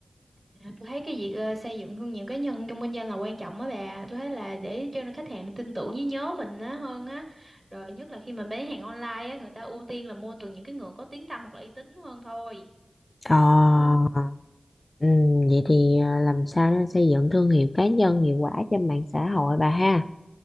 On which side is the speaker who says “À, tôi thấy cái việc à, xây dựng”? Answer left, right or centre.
Right